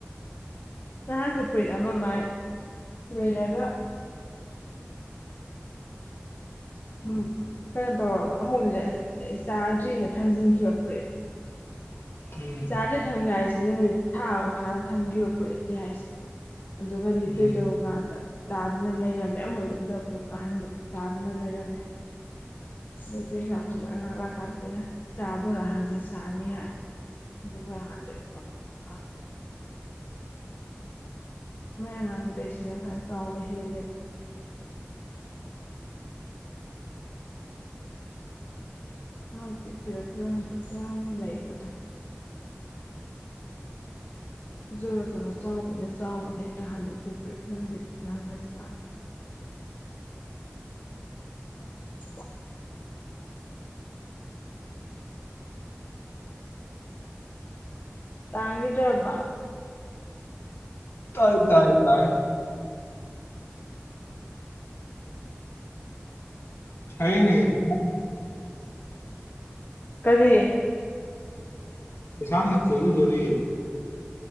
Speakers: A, on the left; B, on the left.
A: ꯅꯍꯥꯟꯁꯨ ꯐꯨꯔꯤꯠ ꯑꯃ ꯃꯥꯏ ꯂꯣꯏꯔꯒ ꯎꯝ ꯀꯩꯅꯣ ꯇꯧꯔꯕ ꯑꯃꯨꯛ ꯆꯥꯗ꯭ꯔꯤꯅ ꯊꯝꯖꯤꯟꯈꯤꯕ ꯐꯔꯤꯦꯠ
B: ꯎꯝ
A: ꯆꯥꯗꯦ ꯊꯝꯒꯦ ꯍꯥꯏꯁꯦ ꯅꯨꯃꯤꯠ ꯊꯥ ꯑꯃ ꯐꯥꯅ ꯊꯝꯈꯤꯕ ꯐꯨꯔꯠꯇꯦ ꯍꯥꯏꯁꯦ ꯑꯗꯨ ꯟ
B: ꯎꯝ
A: ꯇꯣꯣꯏ ꯇ ꯍꯕꯗ ꯆꯥꯗꯨꯅ ꯂꯩꯔꯝꯃꯦ ꯑꯃ ꯑꯣꯏꯣꯏꯗꯟꯗꯄꯣꯏꯠꯇꯣ ꯑꯍꯟꯕ ꯆꯥꯗꯨꯅ ꯂꯩꯔꯝꯃꯦ ꯑꯩ ꯆꯤꯟꯖꯥꯛꯈꯨꯝꯕ ꯉ ꯂꯥꯛꯑꯀꯥꯟꯗꯈꯣꯏꯅ ꯆꯥꯗꯅ ꯍꯪꯉꯤ ꯆꯥꯅꯤ ꯍꯥꯏ ꯑꯗꯨ ꯄꯣꯏ ꯑꯉꯥꯡꯗ ꯂꯤꯠꯂꯣ ꯄꯤꯊꯣꯛꯈꯔꯝ ꯃꯣꯏ ꯑꯉꯥꯡꯗꯩ ꯁꯤꯅ ꯈꯔ ꯆꯥꯎꯕ ꯍꯦꯜꯂꯦꯕ ꯉꯛꯇꯤ ꯐꯤꯔꯣ ꯐꯤꯔꯣ ꯌꯥꯝ ꯂꯩꯕꯗ ꯖꯔꯣ ꯖꯔꯣ ꯆꯥꯎꯕꯅꯦ ꯆꯥꯎꯕꯅꯦ ꯍꯦꯛꯇ ꯍꯟꯗꯣꯛꯄꯤ ꯐ꯭ꯔꯦ ꯈꯪꯗꯤꯦ ꯅꯪꯗꯔꯤꯀꯥ ꯑ <unintelligible> ꯇꯥꯡꯒꯗꯕ
B: ꯇꯥꯏ ꯇꯥꯏ ꯇꯥꯏ ꯑꯩꯅꯦꯅꯦ
A: ꯀꯔꯤ
B: ꯏꯁꯁꯥꯅ ꯀꯣꯏꯔꯨꯗꯣꯔꯤ